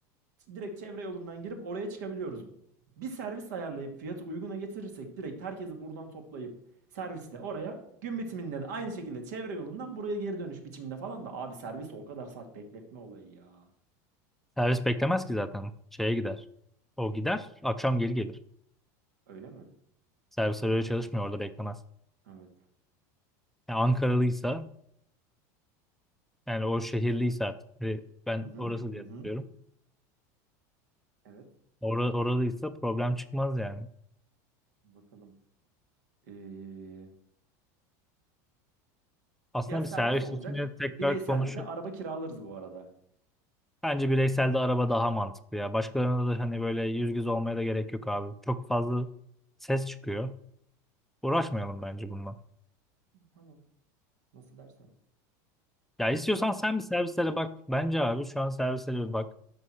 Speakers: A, on the right; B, in the centre.
A: direkt çevre yolundan girip oraya çıkabiliyoruz. Bir servis ayarlayıp fiyatı uyguna getirirsek direkt herkesi buradan toplayıp servisle oraya gün bitiminde de aynı şekilde çevre yolundan buraya geri dönüş biçiminde falan da abi servisi o kadar saat bekletme olayı ya.
B: Servis beklemez ki zaten. Şeye gider. O gider. Akşam geri gelir.
A: Öyle mi?
B: Servisler öyle çalışmıyor. Orada beklemez.
A: Evet.
B: Yani Ankaralıysa yani o şehirliyse artık. ve Ben
A: Hı hı.
B: orası diye
A: Hı hı.
B: hatırlıyorum.
A: Evet.
B: Or oralıysa problem çıkmaz yani.
A: Bakalım. Ee,
B: Aslında
A: ya servis
B: bir servis
A: olacak.
B: için tekrar
A: Bireyselde
B: konuşup
A: de araba kiralarız bu arada.
B: Bence bireysel de araba daha mantıklı ya. Başkalarına da hani böyle yüz yüze olmaya da gerek yok abi. Çok fazla ses çıkıyor. Uğraşmayalım bence bununla.
A: Tamam. Nasıl dersen.
B: Ya istiyorsan
A: Abi
B: sen bir servislere bak. Bence abi şu an servislere bir bak.